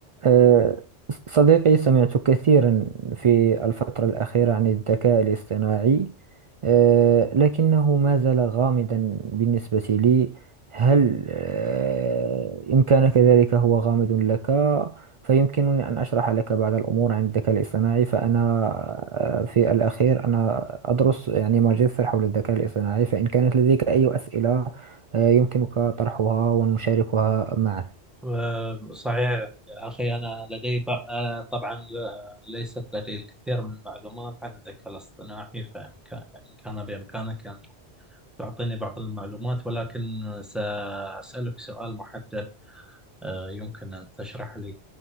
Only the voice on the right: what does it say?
آه، صديقي سمعت كثيرا في الفترة الأخيرة عن الذكاء الاصطناعي آه، لكنه ما زال غامضا بالنسبة لي هل آه، إن كان كذلك هو غامض لك فيمكنني أن أشرح لك بعض الأمور عن الذكاء الاصطناعي فأنا آه، في الأخير أنا أدرس يعني ماجستير حول الذكاء الاصطناعي فإن كانت لديك أي أسئلة آه، يمكنك طرحها ونشاركها معا